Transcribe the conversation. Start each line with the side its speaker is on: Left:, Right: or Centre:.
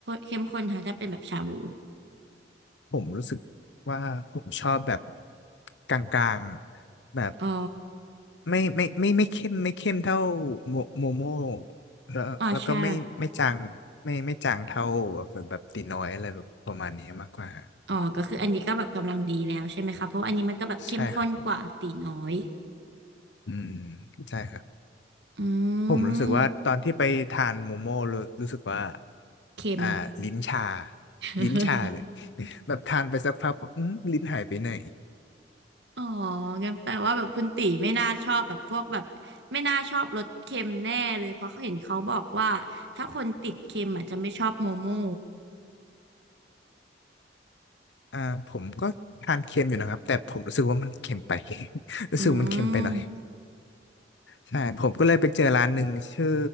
Right: เข้มข้นฮะถ้าเป็นแบบชาบู
Left: ผมรู้สึกว่าผมชอบแบบกลางๆแบบ
Right: อ๋อ
Left: ไม่ไม่ไม่ไม่เข้มไม่เข้มเท่าโมโมโม่แล้วแล้วก็ไม่ไม่จางไม่ไม่จางเท่าแบบแบบตีน้อยอะไรแบบประมาณนี้มากกว่า
Right: อ๋อใช่อ๋อก็คืออันนี้ก็แบบกำลังดีแล้วใช่ไหมคะเพราะว่าอันนี้มันก็แบบเข้มข้นกว่าตีน้อย
Left: ใช่ครับผมอืมอืมใช่ครับ
Right: อื
Left: ผมรู้สึกว่าตอนที่ไปทานโมโม่รู้รู้สึกว่า
Right: ม เค็ม
Left: อ่าลิ้นชา
Right: <laughs>
Left: ลิ้นชาเลย <laughs> แบบทานไปสักพักอืมลิ้นหายไปไหน
Right: อ๋องั้นแปลว่าแบบคุณตีไม่น่าชอบแบบพวกแบบไม่น่าชอบรสเค็มแน่เลยเพราะเขาเห็นเขาบอกว่าถ้าคนติดเค็มอาจจะไม่ชอบโมโม่
Left: อ่าผมก็ทานเค็มอยู่นะครับแต่ผมรู้สึกว่ามันเค็มไป <laughs> รู้สึกมันเค็มไปหน่อย
Right: อืม
Left: ใช่ผมก็เลยไปเจอร้านหนึ่งชื่อ